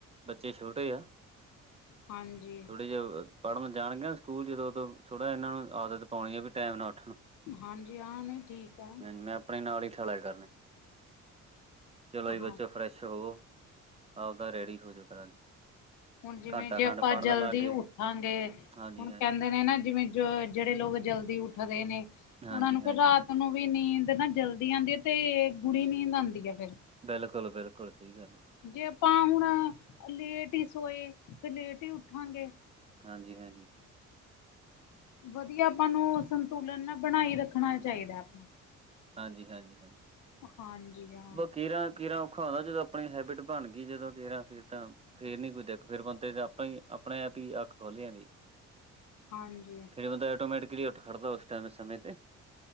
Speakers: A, on the right; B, on the left.
A: ਬੱਚੇ ਛੋਟੇ ਆ।
B: ਹਾਂਜੀ
A: ਥੋੜੇ ਜੇ ਪੜ੍ਹਨ ਜਾਣਗੇ ਨਾ ਸਕੂਲ ਜਦੋਂ ਤੋ, ਥੋੜ੍ਹਾ ਇਹਨਾਂ ਨੂੰ ਆਦਤ ਪਾਉਣੀ ਆ ਵੀ ਟਾਈਮ ਉੱਠਣਾ।
B: ਹਾਂਜੀ, ਆਹ ਨਹੀਂ ਠੀਕ ਆ।
A: ਮੈਂ ਆਪਣੇ ਨਾਲ ਹੀ ਠਾ ਲਿਆ ਕਰਨੇ, ਚਲੋ ਜੀ
B: ਹਾਂ
A: ਬੱਚੇ ਫਰੈਸ਼ ਹੋਵੋ, ਆਵਦਾ ਰੈਡੀ ਹੋ ਜਾਓ ਕਰਾ ਦੀ।
B: ਹੁਣ ਜਿਵੇਂ
A: ਘੰਟਾ
B: ਜੇ
A: ਖੰਡ
B: ਆਪਾਂ
A: ਪੜ੍ਹਨ
B: ਜਲਦੀ
A: ਲੱਗ ਗਏ
B: ਉੱਠਾਂਗੇ,
A: ਹਾਂਜੀ
B: ਹੁਣ
A: ਹਾਂਜੀ
B: ਕਹਿੰਦੇ ਨੇ ਨਾ ਜਿਵੇਂ ਜੋ ਜਿਹੜੇ ਲੋਕ ਜਲਦੀ ਉੱਠਦੇ ਨੇ,
A: ਹਾਂਜੀ
B: ਉਹਨਾਂ ਨੂੰ ਫਿਰ
A: ਹਾਂਜੀ
B: ਰਾਤ ਉਹਨੂੰ ਵੀ ਨੀਂਦ ਨਾ ਜਲਦੀ ਆਂਦੀ ਏ ਤੇ ਗੁੜੀ ਨੀਂਦ ਆਂਦੀ ਏ ਫਿਰ।
A: ਬਿਲਕੁਲ -ਬਿਲਕੁਲ ਸਹੀ ਗੱਲ।
B: ਜੇ ਆਪਾਂ ਹੁਣ ਲੇਟ ਹੀ ਸੋਏ, ਫਿਰ ਲੇਟ ਹੀ ਉੱਠਾਂਗੇ।
A: ਹਾਂਜੀ -ਹਾਂਜੀ!
B: ਵਧੀਆ, ਆਪਾਂ ਨੂੰ ਸੰਤੁਲਨ ਨਾ ਬਣਾਈ ਰੱਖਣਾ ਚਾਹੀਦਾ ਆਪਣਾ।
A: ਹਾਂਜੀ -ਹਾਂਜੀ- ਹਾਂਜੀ!
B: ਹਾਂਜੀ ਹਾਂ।
A: ਬਸ ਕੇਰਾ- ਕੇਰਾ ਔਖਾ ਹੁੰਦਾ, ਜਦੋਂ ਆਪਣੀ ਹੈਬਿਟ ਬਣ ਗਈ ਜਦੋਂ ਕੀਰਾਂ ਫਿਰ ਤਾਂ ਫੇਰ ਨੀ ਕੋਈ ਦਿਕਤ, ਫਿਰ ਬੰਦੇ ਤੇ ਆਪਣੇ ਹੀ ਆਪਣੇ ਆਪ ਹੀ ਅੱਖ ਖੋਲ ਜਾਂਦੀਆ।
B: ਹਾਂਜੀ।
A: ਫਿਰ ਬੰਦਾ ਐਟੋਮੈਟਿਕਲੀ ਉੱਠ ਖੜ੍ਹਦਾ ਉਸ ਟਾਇਮ ਸਮੇਂ ਤੇ।